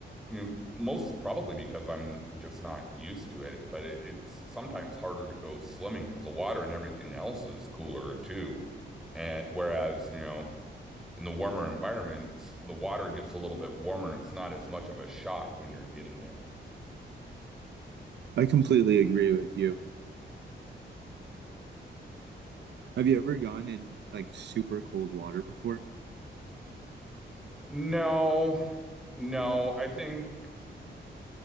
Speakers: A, in the centre; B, on the right.
A: you know, most probably because I'm just not used to it, but it, it's sometimes harder to go swimming because the water and everything else is cooler too. And whereas, you know, in the warmer environments, the water gets a little bit warmer and it's not as much of a shock when you're getting in.
B: I completely agree with you. Have you ever gone in like super cold water before?
A: No, No, I think